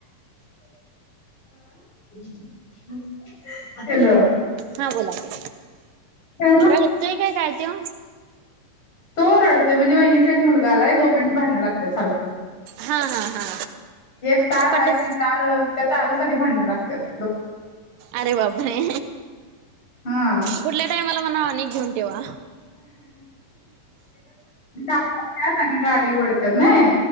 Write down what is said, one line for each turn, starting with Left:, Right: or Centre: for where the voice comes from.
Left: सोने हॅलो
Right: हा बोला की.
Left: मग
Right: रहतय काय काय त्यो.
Left: तो रडतोय म्हणजे वहिणींचा एक मुलगा आलाय दोघांची भांडणं लागत्यात सारखं
Right: हा हा हा
Left: एक तार
Right: पटत
Left: आहे ती तार त्या तारासाठी भांडण लागत त्यात.
Right: अरे बाप रे
Left: हा
Right: पुढल्या टाइमाला म्हणावं आणि एक घेऊन ठेवा.
Left: ती लांबवत्यात आणि गाडी वडत्यात न‌ई.